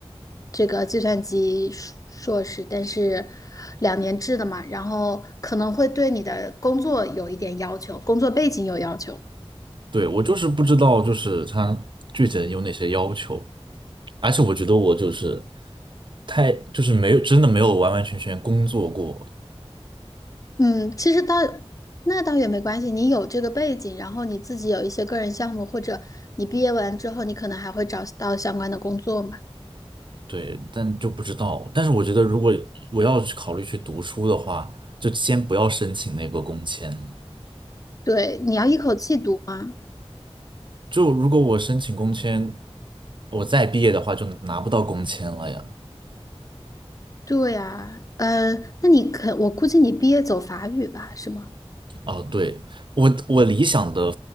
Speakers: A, on the left; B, on the right.
A: 这个计算机硕硕士，但是两年制的嘛，然后可能会对你的工作有一点要求，工作背景有要求。
B: 对，我就是不知道，就是他具体有哪些要求，而且我觉得我就是太就是没有真的没有完完全全工作过，
A: 嗯，其实倒那倒也没关系，你有这个背景，然后你自己有一些个人项目，或者你毕业完之后，你可能还会找到相关的工作嘛。
B: 对，但就不知道。但是我觉得如果我要去考虑去读书的话，就先不要申请那个工签了。
A: 对，你要一口气读吗？
B: 就如果我申请工签，我再毕业的话就拿不到工签了呀。
A: 对呀，呃，那你可，我估计你毕业走法语吧，是吗？
B: 哦，对，我我理想的